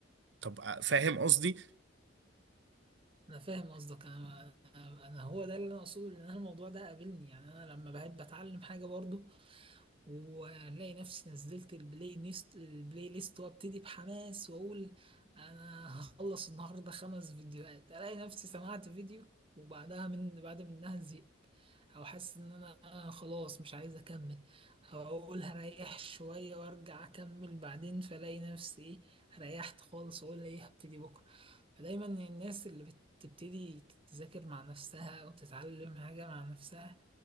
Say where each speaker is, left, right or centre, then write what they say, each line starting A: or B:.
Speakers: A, on the right; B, on the right.
A: طب أ- فاهم قصدي
B: انا فاهم قصدك انا انا أنا هو ده اللي انا اقصده لان أنا الموضوع ده قابلني يعني انا لما بحب اتعلم حاجه برضو وهنلاقي نفسي نزلت البلاي ليست البلاي ليست وابتدي بحماس واقول انا هخلص النهارده خمس فيديوهات الاقي نفسي سمعت فيديو وبعدها من بعد منها زهقت او حاسس ان انا خلاص مش عايز اكمل او اقول هريح شويه وارجع اكمل بعدين فلاقي نفسي ايه ريحت خالص واقول ايه هبتدي بكره فدايما الناس اللي بتبتدي تذاكر مع نفسها وتتعلم حاجه مع نفسها